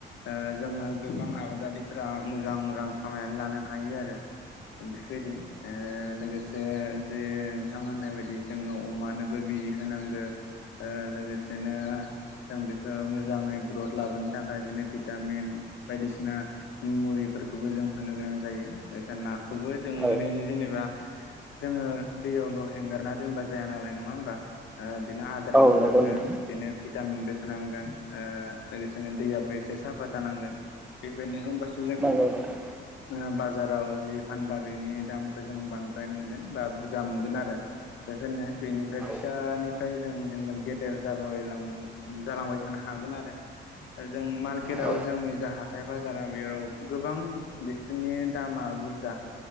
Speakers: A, on the left; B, in the centre.
A: ओ जोङो गोबां आबादारि फोरा मोजां रां खामायनानै लानो हायो आरो। बेफोरबायदि ओ लोगोसे जे नोंथां होननाय बायदि जोङो अमानोबो बिजि होनांगो ओ लोगोसेनो जों बेखौ मोजाङै ग्रथ लाबोनो थाखाय बेनो भिटामिन बायदिसिना मुलिफोरखौबो जों होनो गोनां जायो। बेखायनो नाखौबो जोङो
B: औ
A: ओरैनो जेनेबा जोङो दैयावल' हेंगारना दोनबा जाया नालाय नङा होमबा ओ बेनो आदारबो
B: औ
A: होनांगोन
B: नंगौ नोंथां
A: बेनो भि टामिनबो होनांगोन ओ लोगोसेनो दैयाबो एसे साफा जानांगोन बेबायनो होबासो
B: नंगौ नोथां।
A: ओ बा जाराव जि फानबा बेनि दामखौ जों बांद्राय मोनगोन बा बुरजा मोनगोन आरो बेखायनो बेनिफ्राय
B: औ
A: फिसानिफ्राय जों जेनेबा गेदेर जाबायलां जालांबाय थानो हागोन आरो जों मार्केटाव
B: औ
A: जोंनि जा हाथाय बाजारा बेयाव गोबां बेफोरनि दामा बुरजा